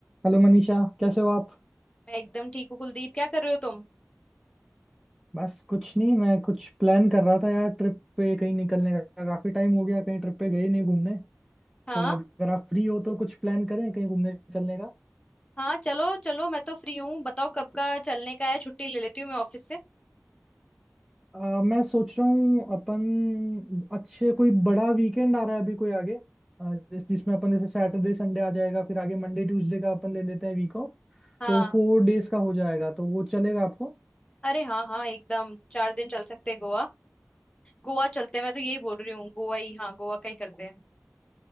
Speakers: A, in the centre; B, on the left (about 25°).
A: Hello Manisha कैसे हो आप
B: मैं एकदम ठीक हूँ कुलदीप क्या कर रहे हो तुम
A: बस कुछ नहीं मैं कुछ प्लान कर रहा था यार ट्रिप पे कहीं निकलने का काफी टाइम हो गया कहीं ट्रिप पे गए नहीं घूमने
B: हाँ
A: तो अगर आप फ्री हो तो कुछ प्लान करें कहीं घूमने चलने का
B: हाँ चलो चलो मैं तो फ्री हूँ बताओ कब का चलने का है छुट्टी ले लेती हूँ मैं ऑफिस से
A: आ, मैं सोच रहा हूँ अपन अच्छे कोई बड़ा वीकेंड आ रहा है अभी कोई आगे आ, जिस जिसमें अपन जैसे सैटरडे संडे आ जाएगा फिर आगे मंडे ट्यूसडे का अपन ले लेते हैं वीक ऑफ
B: हाँ
A: तो फोर डेज का हो जाएगा तो वो चलेगा आपको
B: अरे हाँ हाँ एकदम चार दिन चल सकते हैं गोवा गोवा चलते हैं मैं तो यही बोल रही हूँ गोवा ही हाँ गोवा का ही करते हैं